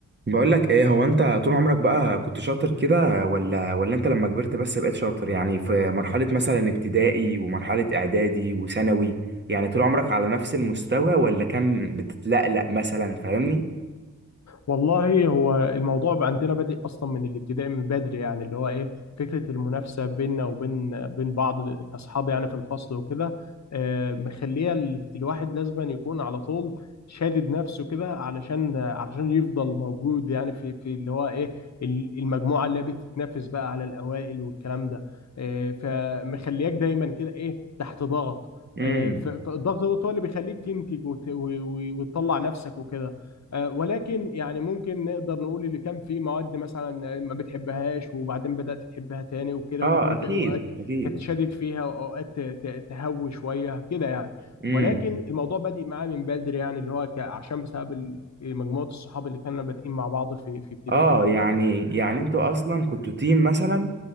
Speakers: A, on the right; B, on the left.
A: بقول لك ايه هو انت طول عمرك بقى كنت شاطر كده ولا ولا انت لما كبرت بس بقيت شاطر يعني في مرحلة مثلا ابتدائي ومرحلة اعدادي وثانوي يعني طول عمرك على نفس المستوى ولا كان بتتلقلق مثلا فاهمني
B: والله هو الموضوع بقى عندنا بادئ اصلا من الابتدائي من بدري يعني اللي هو ايه فكره المنافسه بيننا وبين بين بعض كاصحاب يعني في الفصل وكده آه، مخليه ال- الواحد لازما يكون على طول شادد نفسه كده علشان علشان يفضل موجود يعني في في اللي هو ايه ال- المجموعه اللي بتتنافس بقى على الاوائل والكلام ده آه، فمخلياك دايما كده ايه تحت ضغط
A: امم
B: آه، ف- فالضغط ده هو اللي بيخليك تنتج وت- و- و- وتطلع نفسك وكده آه، ولكن يعني ممكن نقدر نقول اللي كان في مواد مثلا ما بتحبهاش وبعدين بدأت تحبها تاني وكده
A: اه
B: وكان
A: اكيد
B: في اوقات
A: اكيد
B: كانت شادد فيها واوقات ت- ت- تهوي شويه كده يعني
A: امم
B: ولكن الموضوع بادئ معايا من بدري يعني اللي هو ك- عشان بسبب ال- مجموعه الصحاب اللي كنا بادئين مع بعض في في ابتدائي
A: اه
B: وكده
A: يعني يعني انتوا اصلا كنتوا تيم مثلا